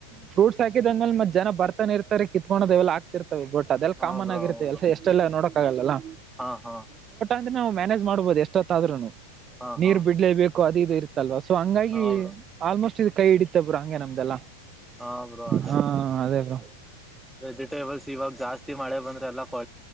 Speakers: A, on the right; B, in the centre.
A: ಫ್ರೂಟ್ಸ್ ಹಾಕಿದ ಅಂದ್ಮೇಲೆ ಮತ್ ಜನ ಬರ್ತಾನೆ ಇರ್ತಾರೆ ಕಿತ್ಕೊಂಡೋದವೆಲ್ಲ ಆಗ್ತಿರ್ತಾರೆ ಬೋಟ್ ಅದೆಲ್ಲ
B: ಹಾ
A: ಕಾಮನ್
B: ಬ್ರೋ
A: ಆಗಿರುತ್ತೆ
B: ಬ್ರೋ
A: ಎಲ್ಲ ಎಷ್ಟೆಲ್ಲ ನೋಡಕಕ್ಕಾಗಲ್ಲಾ
B: ಹಾ ಹಾ
A: ಅಂದ ನವು ಮ್ಯಾನೇಜ್ ಮಾಡಬಹದು ಎಷ್ಟೊತ್ತಾದನು
B: ಹಾ
A: ನೀರ್
B: ಹಾ
A: ಬಿಡ್ಲೇಬೇಕು ಅದು ಇದು ಇರ್ತ್ತಲ್ವ ಸೊ ಹಂಗಾಗಿ
B: ಹಾ ಬ್ರೋ
A: ಆಲ್ಮೋಸ್ಟ್ ಇದು ಕೈ ಹಿಡಿತಬ್ರು ಹಂಗೆ ನಮ್ದಲ್ಲಾ
B: ಹಾ ಬ್ರೋ ಅದೇ
A: ಹಾ ಅದೇಲ್ಲ
B: ವೆಜಿಟೇಬಲ್ಸ್ ಇವಾಗ ಜಾಸ್ತಿ ಮಾಡೆ ಬಂದ್ರೆ ಎಲ್ಲಾ ಕೊ